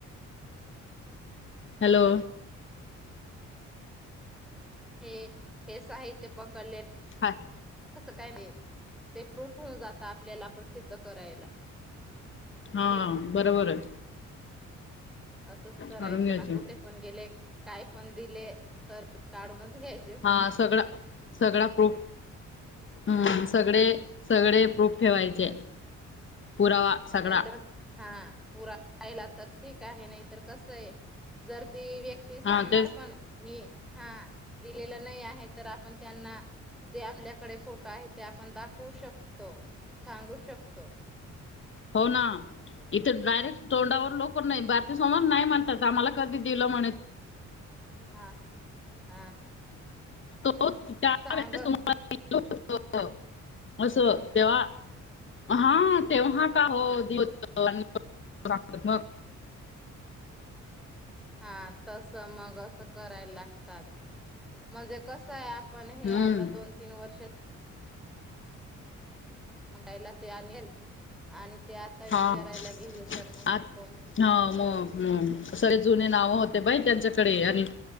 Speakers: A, on the left; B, in the centre.
A: हॅलो.
B: हे हे साहित्य पकडले.
A: हाय.
B: काय नाही ते प्रूफ होऊन जात आपल्याला पण सिद्ध करायला
A: हा बरोबर आहे.
B: असंच करायचं
A: करून घ्यायचे
B: ना कुठे पण गेले काय पण दिले तर काढूनच घ्यायच.
A: हा सगळा सगळा प्रफ हम्म
B: हा
A: सगळे. सगळे प्रूफ ठेवायचे पुरावा सगळा
B: नाही तर हा पुरा रायला तर ठीक आहे नाही तरर कस आहे जर ती व्यक्ती ते सांगणार
A: हा तेच
B: पण मी हा दिलेलं नाही आहे तर आपण त्यांना जे आपल्याकडे फोटो आहे ते आपण दाखवू शकतो सांगू शकतो.
A: पाौना इथं डायरेक्ट तोंडावर लोक नाही भारतीय समर नाही म्हणतात आम्हाला कधी दिलं म्हणत.
B: हा हा.
A: ो त्या
B: सांगत
A: वेळेस तुम्हाला अस तेव्हा हा. तेव्हा का हो सांगत मग
B: हा तस मग असं करायला लागतात. म्हणजे कसं आहे आपण हे
A: हम्म.
B: आता दोन तीन वर्ष ायला तया मल आणि ते आता
A: हा
B: विचारायला गेले तर मग
A: आत
B: ते कमू
A: हा
B: घेऊन
A: मग
B: जात.
A: मग सगळे जुने नाव होते बाई त्यांच्याकडे आणि